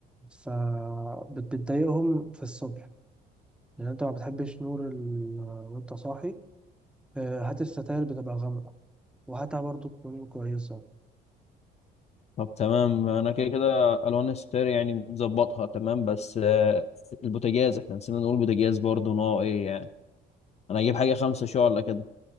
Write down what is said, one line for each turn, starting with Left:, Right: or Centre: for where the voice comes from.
Centre: فبتضايقهم في الصبح لأن أنت ما بتحبش نور ال... وأنت صاحي آه، هات الستاير بتبقى غامقة وهاتها برضه تكون كويسة
Left: طب تمام انا كده كده الوان الستاير يعني مظبطها تمام بس آه، البوتاجاز احنا نسينا نقول بوتاجاز برضه نوع ايه يعني انا هجيب حاجه خمسة شعلة كده